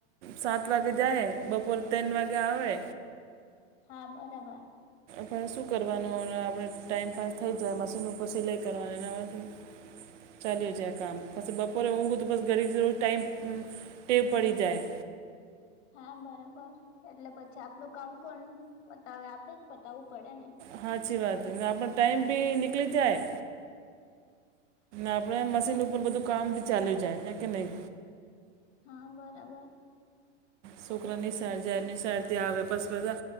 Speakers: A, on the right (about 75°); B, on the left (about 65°).
A: સાત વાગે જાય બપોર તેન વાગે આવે
B: હા બરાબર
A: હ શું કરવાનું આપણે ટાઈમપાસ થઈ જાય મશીન ઉપર સિલાઈ કરવાનું એનામાંથી ચાલ્યું જાય કામ પછી બપોરે ઊંઘું તો બસ ઘડી ઘરું ટાઈમ ટેવ પડી જાય
B: હા બરાબર એટલે પછી આપણું કામ કોણ પતાવે આપણેે જ પતાવવું પડે ને
A: હા અચછી વાત આપનો ટાઈમ ભી નિકલી જાય આપણે મશીન ઉપર બધું કામ બથી ચાલ્યું જાય હે કે નહી
B: હા બરાબર
A: છોકરા નિસાર જાય નિસાર થી આવે પાછા